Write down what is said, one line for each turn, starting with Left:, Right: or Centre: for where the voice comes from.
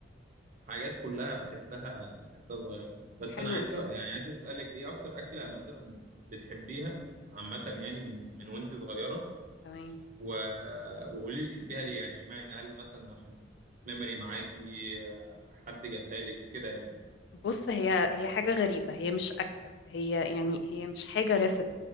Right: حاجات كلها بحسها بحسها صغيره بس
Left: حلو
Right: انا عايز
Left: جدا
Right: يعني عايز اسالك ايه اكتر اكله مثلا بتحبيها عامه يعني من من وانت صغيره
Left: تمام
Right: و... وقولي لي بتحبيها ليه يعني اشمعنى هل مثلا عشان ميموري معاكي آه، حد جابها لك كده يعني
Left: بص هي هي حاجة غريبة هي مش أكلة هي يعني هي مش حاجة ريسبت